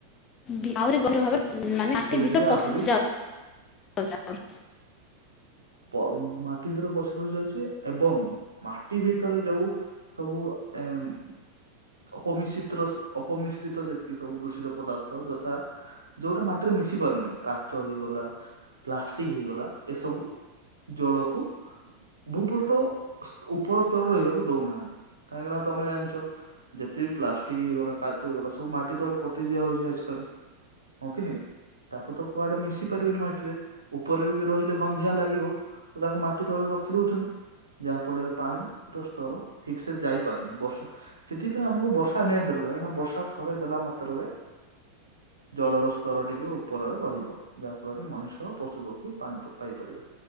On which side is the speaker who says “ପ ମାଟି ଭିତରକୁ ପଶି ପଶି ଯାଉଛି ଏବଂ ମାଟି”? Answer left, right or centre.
Right